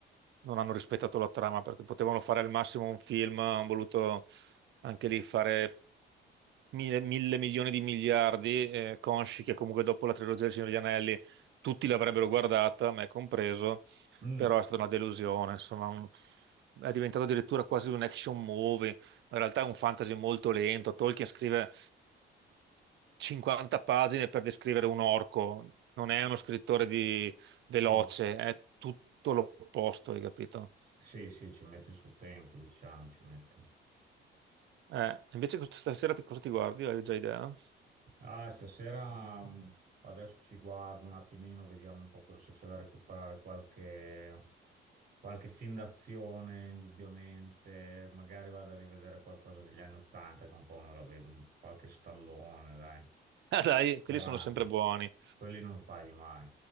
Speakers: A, on the right; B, on the right.
A: non hanno rispettato la trama, perché potevano fare al massimo un film, hanno voluto anche lì fare mille, mille milioni di miliardi, eh, consci che comunque dopo la trilogia del Signore degli Anelli tutti l'avrebbero guardata, me compreso,
B: Mm,
A: però è stata una delusione, insomma, un- è diventato addirittura quasi un action movie, in realtà è un fantasy molto lento, Tolkien scrive 50 pagine per descrivere un orco, non è uno scrittore di... veloce,
B: sì.
A: è tutto l'opposto, hai capito?
B: Sì, sì, ci mette il suo tempo, diciamo, ci mette.
A: Eh, invece questa sera ti- cosa ti guardi? Hai già idea? <laughs>
B: Ah, stasera mh, adesso ci guardo un attimino, vediamo un po' cosa se c'è da recuperare, qualche, qualche film d'azione, indubbiamente. Magari vado a rivedere qualcosa degli anni Ottanta, che un po' non la vedo, un- qualche stallone, dai.
A: Ah, dai, quelli
B: Erano.
A: sono sempre buoni.
B: Quelli non sbagli mai.